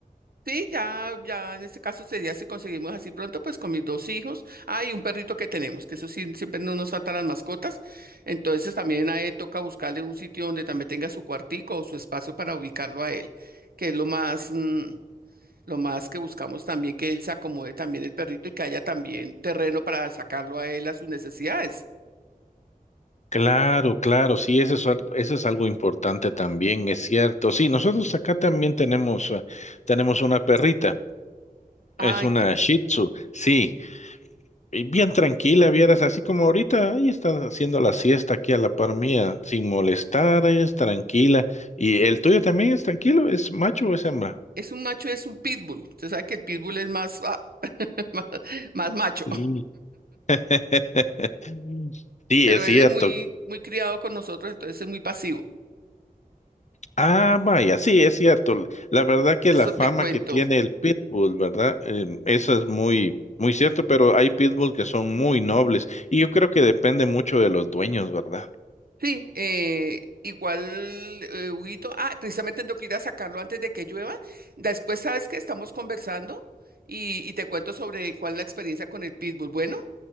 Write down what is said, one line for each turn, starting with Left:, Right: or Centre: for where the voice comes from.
Right: Sí, ya, ya en este caso sería si conseguimos así pronto, pues con mis dos hijos. Ah, y un perrito que tenemos, que eso sí, siempre no nos faltan las mascotas. Entonces también a él toca buscarle un sitio donde también tenga su cuartico o su espacio para ubicarlo a él, que es lo más, mm, lo más que buscamos también, que él se acomode también el perrito y que haya también terreno para sacarlo a él a sus necesidades.
Left: Claro, claro, sí, eso es, al- eso es algo importante también, es cierto. Sí, nosotros acá también tenemos, eh, tenemos una perrita, es
Right: Ay,
Left: una
Right: que
Left: Shih Tzu, sí. y bien tranquila, vieras, así como ahorita, ahí están haciendo la siesta aquí a la par mía, sin molestar, es tranquila. ¿Y el tuyo también es tranquilo? ¿Es macho o es hembra?
Right: es un macho, es un pitbull. Usted sabe que el pitbull es más, ah, <laughs> más más macho.
Left: Sí. <laughs> Sí,
Right: pero
Left: es cierto.
Right: él es muy, muy criado con nosotros, entonces es muy pasivo.
Left: Ah, vaya, sí, es cierto. La verdad que
Right: Eso
Left: la fama
Right: te cuento.
Left: que tiene el pitbull, ¿verdad? Em, eso es muy, muy cierto, pero hay pitbull que son muy nobles y yo creo que depende mucho de los dueños, ¿verdad?
Right: Sí, eh, igual, eh, Huguito, ah, precisamente tengo que ir a sacarlo antes de que llueva. Después sabes que estamos conversando y, y te cuento sobre cuál es la experiencia con el pitbull. Bueno,